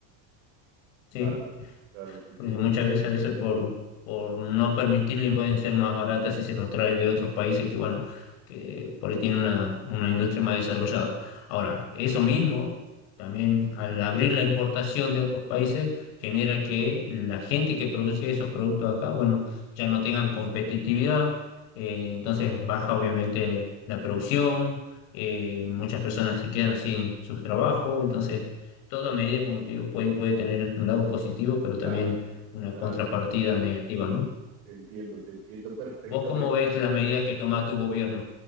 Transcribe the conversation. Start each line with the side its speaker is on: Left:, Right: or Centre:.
Left: ¿sí?
Right: claro, claro, te entiendo.
Left: porque muchas veces, a veces por, por no permitirle pueden ser más baratas si se los trae de otros países que, bueno, que por ahí tienen una, una industria más desarrollada. Ahora, eso mismo, también al abrir la importación de otros países, genera que la gente que producía esos productos acá, bueno, ya no tengan competitividad, eh, entonces baja obviamente la producción, eh, muchas personas se quedan sin sus trabajos, entonces toda medida, como te digo, puede, puede tener un lado positivo, pero también
Right: Claro,
Left: una
Right: claro,
Left: contrapartida
Right: claro.
Left: negativa, ¿no?
Right: te entiendo, te entiendo perfectamente.
Left: ¿Vos cómo ves las medidas que toma tu gobierno?